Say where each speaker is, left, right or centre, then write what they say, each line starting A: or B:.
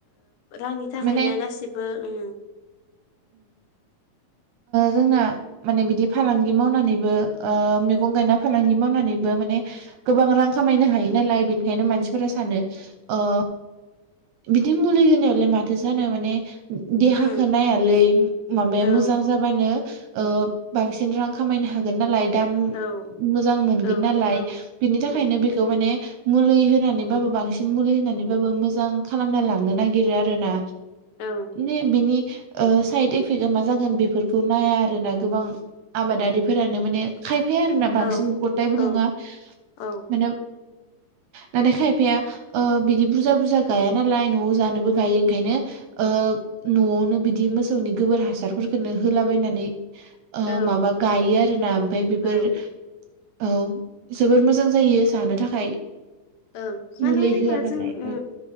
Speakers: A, on the left; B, on the right.
A: रांनि थाखायनो
B: माने
A: गासिबो उम
B: जोंना माने बिदि फालांगि मावनानैबो ओ मैगं गायना फालांगि मावनानैबो माने गोबां रां खामायनो हायो नालाय बेनिखायनो मानसिफोरा सानो ओ बिदि मुलि होनायावलाय माथो जानो माने देहाखौ
A: उम
B: नाया ओरै
A: औ
B: मोजां जाबा ओ‌ बांसिन रां खामायनो हायो नालाय दाम
A: औ
B: मोजां मोनगोन
A: औ
B: नालाय
A: औ
B: बिनि
A: औ
B: थाखायनो बेखौ माने मुलि होनानैबाबो बांसिन मुलि होनानैबाबो मोजां खालामना लांनो नागिरो आरो ना
A: ओं
B: बि बिनि साइड इफेक्टआ मा जागोन बेफोरखौ नाया आरोना गोबां आबादारिफोरानो माने खायफाया आरोोना बांसिन
A: औ
B: गथायबो
A: औ
B: नङा
A: औ
B: माने नाथाय खायफाया बिदि बुरजा बुरजा गाया नालाय न'आव जानोबो गायो ओंखायनो न'आवनो बिदि मोसौनि गोबोर हासारफोरखौनो होलाबायनानै
A: औ
B: माबा गायो आरो ना ओमफ्राय बेफोर
A: औ
B: औ जोबोर मोजां जायो जानो थाखाय
A: ओं माने
B: मुलि
A: होनबा
B: होआ नालाय
A: जों ओ
B: औ